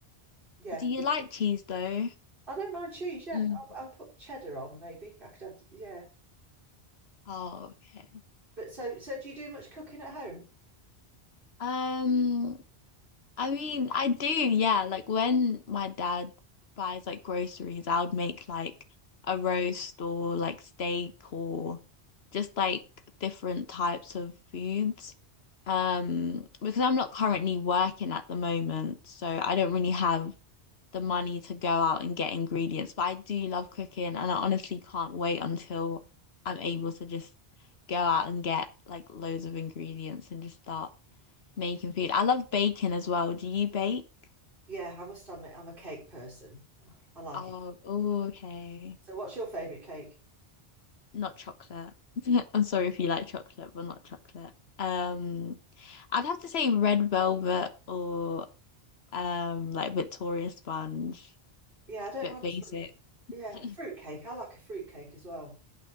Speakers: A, on the right; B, on the left.
A: yeah,
B: do you
A: it's
B: like
A: just,
B: cheese though?
A: I don't mind cheese. Yeah,
B: Mm.
A: I'll, I'll put cheddar on maybe. I could have. Yeah,
B: Oh, okay.
A: but so so do you do much cooking at home?
B: Um, I mean, I do, yeah. Like when my dad buys like groceries, I would make like a roast or like steak or just like different types of foods. Um, because I'm not currently working at the moment, so I don't really have the money to go out and get ingredients. But I do love cooking, and I honestly can't wait until I'm able to just go out and get like loads of ingredients and just start making food. I love baking as well. Do you bake?
A: Yeah, I must admit I'm a cake person. I like
B: Oh,
A: it.
B: ooh, okay.
A: So what's your favorite cake?
B: Not chocolate. <laughs> I'm sorry if you like chocolate, but not chocolate. Um, I'd have to say red velvet or um like Victoria sponge.
A: Yeah, I don't
B: Bit
A: mind.
B: basic.
A: Yeah,
B: <laughs>
A: a fruit cake. I like a fruit cake as well.